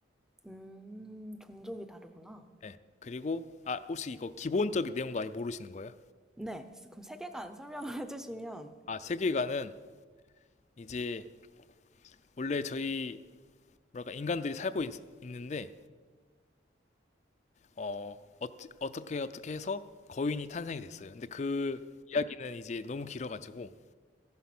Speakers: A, in the centre; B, on the left.
A: 음, 종족이 다르구나.
B: 네. 그리고 아 혹시 이거 기본적인 내용도 아예 모르시는 거예요?
A: 네, 그럼 세계관 설명을 <laughs> 해주시면,
B: 아 세계관은 이제 원래 저희 뭐랄까 인간들이 살고 있, 는데어 어어 어떻게 어떻게 해서 거인이 탄생이 됐어요. 근데 그 이야기는 이제 너무 길어가지고